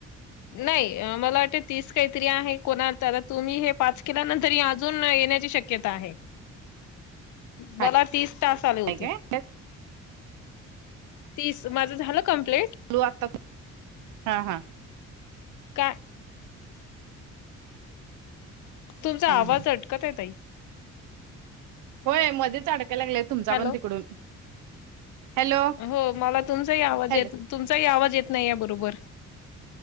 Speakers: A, on the left; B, on the right.
A: नाही मला वाटतते तीस काहीतरी आहे कोणा आता तुम्ही हे पाच केलानंतर अजून येण्याची शक्य क्यता आहे
B: <inaudible> हाय
A: मला तीस टास्क आले होते
B: काय
A: तीस माझं झालं कमप्लेट
B: लू आता तू हा हा
A: का तुमचा
B: हा.
A: आवाज अटकत आहेे ताई
B: होय मध्येच अडकायला लागलेय तुमचा
A: हॅलो.
B: पण तिकडून हॅलो
A: हो मला तुमचाही आवाज
B: हॅलो
A: येत तुमचाही आवाज येत नाही या बरोबर